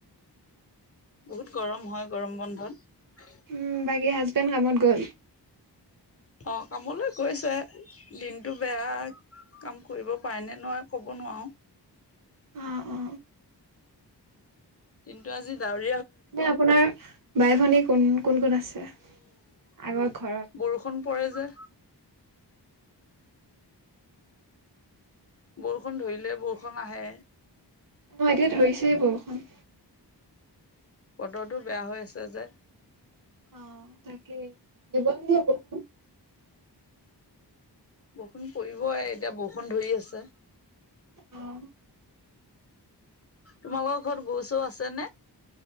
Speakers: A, on the left (about 35°); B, on the right (about 50°).
A: বহুত গৰম হয় গৰম বন্ধত।
B: উম, বাকী হাজবেণ্ড কামত গ'ল?
A: অ, কামলৈ গৈছে দিনটো বেয়া কাম কৰিব পাৰে নে নোৱাৰ কব নোৱাৰো।
B: অ অ
A: কিন্তু আজি ডাউৰ
B: এ আপোনাৰ বাই-ভনী কোন কোন কোন আছে? আগৰ ঘৰত।
A: বৰষুণ পৰে যে বৰষুণ ধৰিলে বৰষুণ আহে।
B: অ', এতিয়া ধৰিছেই বৰষুণ।
A: বতৰতো বেয়া হৈ আছে যে।
B: অ, তাকেই দিব নে <unintelligible>
A: বৰষুণ পৰিবই এতিয়া বৰষুণ ধৰি আছে।
B: অহ',
A: তোমালোকৰ ঘৰত গৰু চো আছে নে?